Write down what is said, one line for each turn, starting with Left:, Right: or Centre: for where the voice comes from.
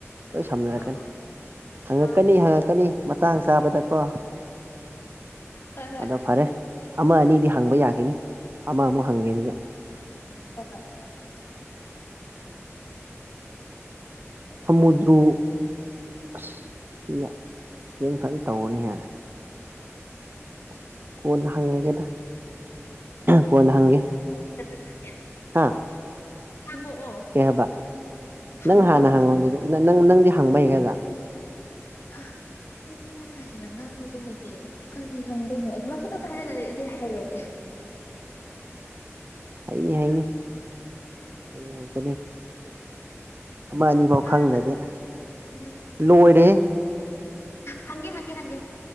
Right: ꯂꯣꯏ ꯁꯝꯅꯔꯛꯀꯅꯤ
Left: ꯑ ꯑ
Right: ꯍꯪꯉꯛꯀꯅꯤ
Left: ꯑ
Right: ꯍꯪꯉꯛꯀꯅꯤ ꯃꯇꯥꯡ ꯆꯥꯕꯗꯀꯣ
Left: ꯍꯣꯏ ꯍꯣꯏ
Right: ꯑꯗ ꯐꯔꯦ ꯑꯃ ꯑꯅꯤꯗꯤ ꯍꯪꯕ ꯌꯥꯈꯤꯅꯤ ꯑꯃꯃꯨꯛ ꯍꯪꯉꯦ ꯑꯗꯨꯗ
Left: ꯍ ꯐ
Right: ꯁꯃꯨꯗ꯭ꯔꯨ ꯑꯁ ꯁꯤ ꯑꯦꯛꯁꯄ꯭ꯂꯦꯟ ꯐꯖꯅ ꯇꯧꯔꯅꯤꯍꯦ ꯑꯁ ꯀꯣꯟꯅ ꯍꯪꯉꯒꯦꯗ ꯀꯣꯟꯅ ꯍꯪꯒꯦ
Left: <inaudible>
Right: ꯍꯥꯥ
Left: ꯍꯪꯉꯛꯑꯣ
Right: ꯀꯩ ꯍꯥꯏꯕ
Left: ꯍꯪꯉꯛꯑꯣ
Right: ꯅꯪ ꯍꯥꯟꯅ
Left: ꯍꯥꯏꯕ
Right: ꯍꯪꯉꯣ ꯑꯗꯨꯗꯤ ꯅꯪ ꯅꯪꯗꯤ ꯍꯪꯕ ꯍꯩꯒꯗ꯭ꯔꯥ
Left: ꯑ ꯍꯥꯏꯗꯤ ꯉ ꯀꯥ ꯍꯥꯏꯦꯟꯅ ꯉꯥꯡꯕꯁꯨ ꯍꯥꯏꯗꯤ ꯀꯔꯤ ꯈꯪꯗꯣꯏꯅꯣꯖꯗꯤ ꯍꯥꯏꯔꯣꯏꯦ
Right: <inaudible> ꯍꯩꯅꯤ ꯍꯩꯅꯤ ꯑꯩ ꯍꯩꯇꯅꯤ ꯑꯃ ꯑꯅꯤꯐꯥꯎ
Left: ꯀꯔꯗꯒ
Right: ꯈꯪꯗ꯭ꯔꯗꯤ
Left: ꯎꯝ
Right: ꯂꯣꯏꯔꯦꯍꯦ
Left: ꯍꯪꯦ ꯍꯪꯦ ꯍꯦ